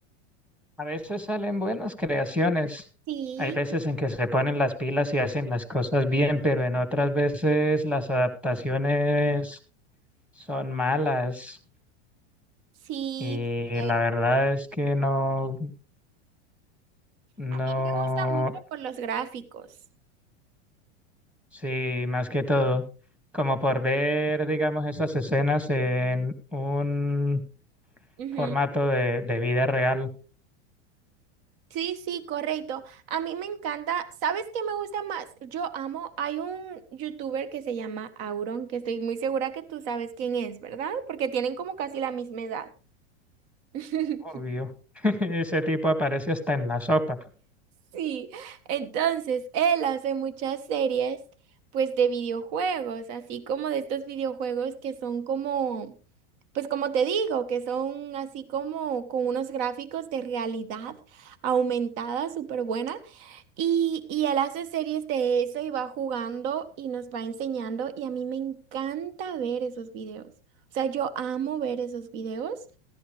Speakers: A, in the centre; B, on the right (about 55°).
A: A veces salen buenas creaciones.
B: Sí.
A: Hay veces en que se ponen las pilas y hacen las cosas bien, pero en otras veces las adaptaciones son malas.
B: Sí,
A: Y
B: eh,
A: la verdad es que no, no.
B: a mí me gusta mucho por los gráficos.
A: Sí, más que todo, como por ver, digamos, esas escenas en un
B: Ujú.
A: formato de, de vida real,
B: Sí, sí, correcto. A mí me encanta. ¿Sabes qué me gusta más? Yo amo. Hay un youtuber que se llama Auron, que estoy muy segura que tú sabes quién es, ¿verdad? Porque tienen como casi la misma edad. <laughs>
A: obvio. <laughs> Ese tipo aparece hasta en la sopa.
B: Sí, entonces él hace muchas series, pues de videojuegos, así como de estos videojuegos que son como, pues como te digo, que son así como con unos gráficos de realidad aumentada súper buena. Y, y él hace series de eso y va jugando y nos va enseñando y a mí me encanta ver esos videos. O sea, yo amo ver esos videos.